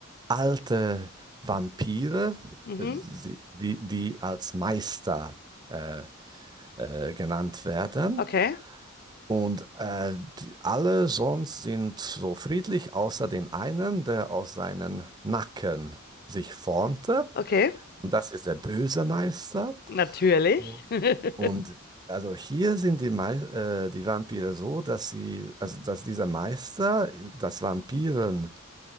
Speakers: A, on the right (about 20°); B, on the left (about 45°).
A: alte Vampire,
B: Mhm.
A: äh, sie- die, die als Meister äh, äh, genannt werden.
B: Okay,
A: Und äh, die, alle sonst sind so friedlich, außer dem einen, der aus seinen Nacken sich formte.
B: okay.
A: Und das ist der böse Meister.
B: Natürlich.
A: Mhm.
B: <laughs>
A: Und also hier sind die, Mei- äh, die Vampire so, dass sie, also dass dieser Meister das Vampiren,